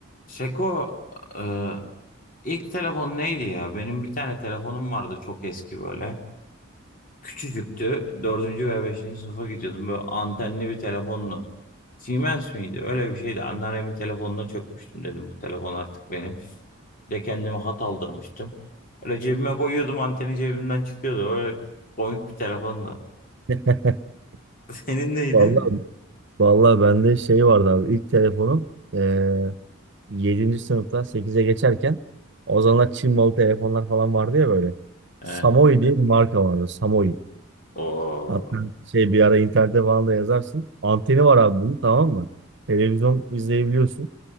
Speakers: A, on the left; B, on the right.
A: Şeko e, ilk telefon neydi ya? Benim bir tane telefonum vardı çok eski böyle. Küçücüktü. Dördüncü veya beşinci sınıfa gidiyordum. Böyle antenli bir telefonlu. Siemens miydi? Öyle bir şeydi. Anneannemin telefonuna çökmüştüm dedim. Bu telefon artık benim. Bir de kendime hat aldırmıştım. Öyle cebime koyuyordum anteni cebimden çıkıyordu. Öyle komik bir telefondu.
B: <laughs>
A: <laughs> Senin neydi?
B: Vallahi vallahi bende şey vardı abi. İlk telefonum eee 7. sınıftan 8'e geçerken o zamanlar Çin malı telefonlar falan vardı ya böyle.
A: He.
B: Samoi diye bir marka vardı. Samoi.
A: Oo.
B: Hatta şey bir ara internette falan da yazarsın. Anteni var abi bunun tamam mı? Televizyon izleyebiliyorsun.